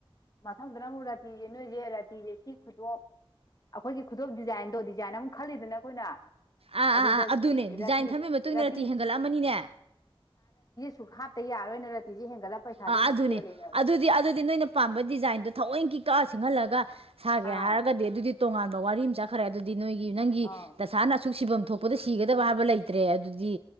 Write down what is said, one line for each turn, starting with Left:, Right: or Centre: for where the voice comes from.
Left: ꯃꯊꯪꯗꯅ ꯑꯃꯨꯛ ꯔꯥꯇꯤꯁꯦ ꯅꯣꯏꯁꯦ ꯔꯥꯇꯤꯁꯦ ꯁꯤ ꯈꯨꯗꯣꯞ ꯑꯩꯈꯣꯏꯒꯤ ꯈꯨꯗꯣꯞ ꯗꯤꯖꯥꯏꯟꯗꯣ ꯗꯤꯖꯥꯏꯟ ꯑꯃꯛ ꯈꯜꯂꯤꯗꯅ ꯑꯩꯈꯣꯏꯅ
Right: ꯑꯥ
Left: ꯑꯗꯨꯗ
Right: ꯑꯥ ꯑꯥ ꯑꯗꯨꯅꯦ
Left: ꯁꯤ
Right: ꯗꯤꯖꯥꯏꯟ
Left: ꯔꯥꯇꯤꯁ
Right: ꯊꯟꯕꯒꯤ ꯃꯇꯨꯡ ꯏꯟꯅ
Left: ꯔꯥꯇꯤꯁ
Right: ꯔꯇꯤ ꯍꯦꯟꯒꯠꯂꯛꯑꯃꯅꯤꯅꯦ
Left: ꯁꯨ ꯍꯥꯞꯇ ꯌꯥꯔꯣꯏ ꯔꯇꯦ ꯍ <unintelligible> ꯄꯩꯁꯥꯁꯨꯨ
Right: ꯑꯥ ꯑꯗꯨꯅꯦ
Left: ꯑꯄꯩꯛ ꯍꯦꯟꯂꯤꯅꯦ
Right: ꯑꯗꯨꯗꯤ ꯑꯗꯨꯗꯤ ꯅꯣꯏꯅ ꯄꯥꯝꯕ ꯗꯤꯖꯥꯏꯟꯗꯣ ꯊꯣꯛ ꯂꯣꯏ ꯀꯤ ꯀꯛ ꯁꯤꯡꯍꯜꯂꯒ ꯁꯥꯒꯦ
Left: ꯑꯥ
Right: ꯍꯥꯏꯔꯒꯗꯤ ꯑꯗꯨꯗꯤ ꯇꯣꯉꯥꯟ ꯕꯋꯥꯔꯤ ꯃꯆꯥ ꯈꯔꯦ ꯑꯗꯨꯗꯤ ꯅꯣꯏꯒꯤ ꯅꯪꯒꯤ
Left: ꯑꯥꯎ
Right: ꯇꯁꯥꯅ ꯁꯨꯛ ꯁꯤꯐꯝ ꯊꯣꯛꯄꯗꯣ ꯁꯤꯒꯗꯕ ꯍꯥꯏꯕ ꯂꯩꯇ꯭ꯔꯦ ꯑꯗꯨꯗꯤ